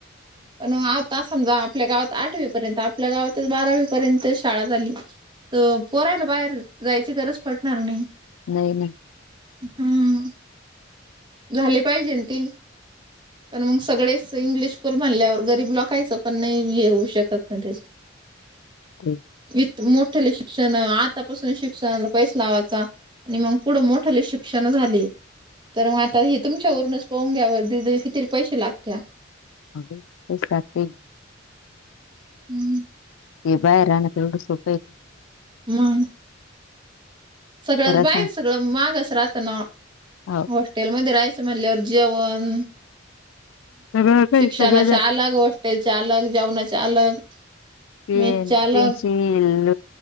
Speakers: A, on the right; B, on the left.
A: पण आता समजा आपल्या गावात आठवीपर्यंत, आपल्या गावातचं बारावीपर्यंत शाळा झाली. तर, पोरायला बाहेर जायची गरज पडणार नाही.
B: नहीना.
A: हम, झाले पाहिजे ते पण मग सगळेच इंग्लिश स्कूल म्हणल्यावर गरीब लोकायचं पण नाही हे होऊ शकतं तेचं.
B: ते
A: येत मोठली शिक्षण आतापासून शिक्षणाला पैस लावायचा. आणि मग पुढं मोठले शिक्षण झाले तर, मग आ तर, हे तुमच्या वरूनच पाहून घ्यावर दीदी कितीरी पैसे लागत्यात.
B: अग उठलकी <inaudible>
A: हम्
B: हे बाहेर राहणं एवढं सोप्प हे का?
A: मग. सगळंच
B: खरंच
A: बाहेर, सगळं महागच राहतं ना ओ!
B: हाव.
A: हॉस्टेलमध्ये राहायचं म्हणल्यावर जेवण
B: सगळं काही
A: शिक्षणाचे
B: सगळं
A: अलग, हॉस्टेलचे अलग, जेवणाचे अलग.
B: पेन,
A: मेसच्या अलग
B: पेन्सिल,